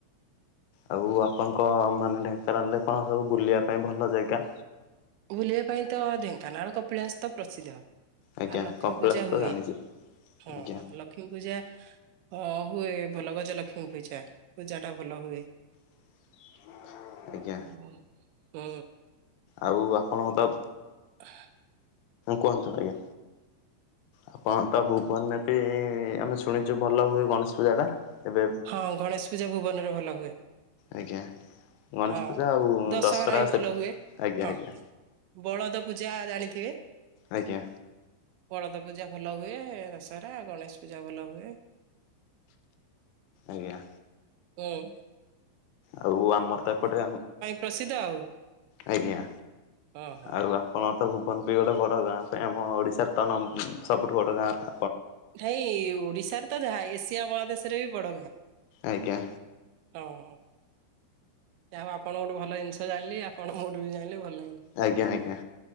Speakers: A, on the left; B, on the right.
A: ଆଉ ଆପଣଙ୍କ ମାନେ ଢେଙ୍କାନାଳରେ କଣ ସବୁ ବୁଲିବା ପାଇଁ ଭଲ ଯେଗା?
B: ବୁଲିବା ପାଇଁ ତ ଢେଙ୍କାନାଳ କପିଳାସ ତ ପ୍ରସିଦ୍ଧ।
A: ଆଜ୍ଞା
B: ଆଉ ଲକ୍ଷ୍ମୀ
A: କପିଳାସ
B: ପୂଜା
A: ତ
B: ହୁଏ
A: ଜାଣିଛୁ
B: ହଁ
A: ଆଜ୍ଞା
B: ଲକ୍ଷ୍ମୀ ପୂଜା ହଁ ହୁଏ ଭଲ ଗଜ ଲକ୍ଷ୍ମୀ ପୂଜା ପୂଜା ଟା ଭଲ ହୁଏ।
A: <inaudible> ଆଜ୍ଞା
B: ଓ ହୁଁ।
A: ଆଉ ଆପଣଙ୍କ ତ
B: <unintelligible>
A: କୁହନ୍ତୁ ଆ୍ଞା ଆପଣ ତ ଭୁବନ ନେପ ଆମେ ଶୁଣିଛୁ ଭଲ ହୁଏ ଗଣେଶ ପୂଜା ଟା। ଏବେ
B: ହଁ ଗଣେଶ ପୂଜା ଭୁବନରେ ଭଲ ହୁଏ।
A: ଆଜ୍ଞା ଗଣେଶ
B: ହଁ
A: ପୂଜା ଆଉ
B: ଦଶହରା ହିଁ
A: ସେ
B: ଭଲ ହୁଏ।
A: ଆଜ୍ଞା
B: ହଁ।
A: ଆଜ୍ଞା
B: ବଳଦ ପୂଜା ଜାଣିଥିବେ
A: ଆଜ୍ଞା
B: ବଳଦ ପୂଜା ଭଲ ହୁଏ ଦଶହରା ଗଣେଶ ପୂଜା ଭଲ ହୁଏ।
A: ଆଜ୍ଞା।
B: ହଁଉ
A: ଆଉ ଆମର ତ ଏପଟେ
B: ପ୍ରସିଦ୍ଧ ଆଉ
A: ଆଜ୍ଞା।
B: ହଁ ହଁ।
A: ଆଉ ଆପଣ ତ ଭୁବନବି ଗୋଟେ ବଡ଼ ଗାଁ ପାଇଁ ଆମ ଓଡ଼ିଶାରେ ତ ସବୁଠୁ ବଡ଼ ଗାଁଟା।
B: ନାଇଁ ଓଡିଶାରେ ତ ଯାହା ଏସିଆ ମହାଦେଶ ରେ ବି ବଡ ଗାଁ।
A: ଆଜ୍ଞା
B: ହଁ। ଆଉ ଆପଣ ଗୋଟେ ଭଲ ଜିନିଷ ଜାଣିଲେ ଆପଣ ମୋର ବି ଜାଣିଲେ ଭଲ
A: ଆଜ୍ଞା ଆଜ୍ଞା।